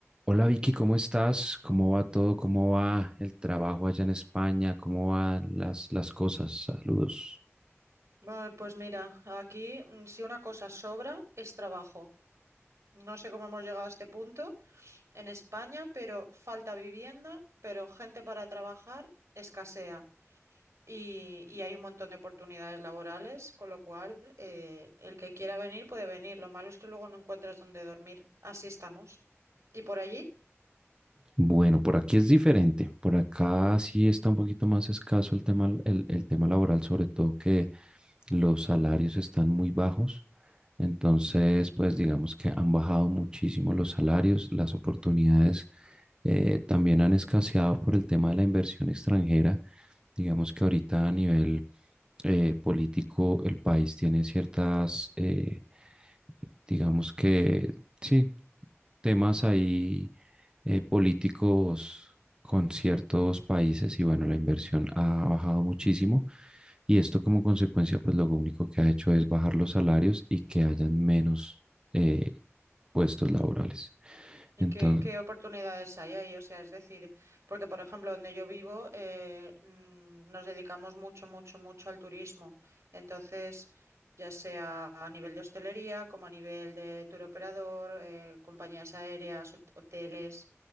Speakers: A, on the right; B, on the right.
A: Hola Vicky, ¿cómo estás? ¿Cómo va todo? ¿Cómo va el trabajo allá en España? ¿Cómo van las, las cosas? Saludos.
B: Ay, pues mira, aquí mm, si una cosa sobra es trabajo. No sé cómo hemos llegado a este punto en España, pero falta vivienda, pero gente para trabajar escasea. Y, y hay un montón de oportunidades laborales, con lo cual eh, el que quiera venir puede venir. Lo malo es que luego no encuentras dónde dormir. Así estamos. ¿Y por allí?
A: Bueno, por aquí es diferente. Por acá sí está un poquito más escaso el tema, el, el tema laboral, sobre todo que los salarios están muy bajos. Entonces, pues digamos que han bajado muchísimo los salarios, las oportunidades eh, también han escaseado por el tema de la inversión extranjera. Digamos que ahorita a nivel eh, político, el país tiene ciertas, eh, digamos que, sí, temas ahí eh, políticos con ciertos países y bueno, la inversión ha bajado muchísimo y esto como consecuencia, pues lo único que ha hecho es bajar los salarios y que hayan menos eh, puestos laborales.
B: ¿Y
A: Entonces,
B: qué, qué oportunidades hay ahí? O sea, es decir, porque por ejemplo, donde yo vivo, eh, mm, nos dedicamos mucho, mucho, mucho al turismo. Entonces, ya sea a nivel de hostelería, como a nivel de tour operador, eh, compañías aéreas, hot- hoteles,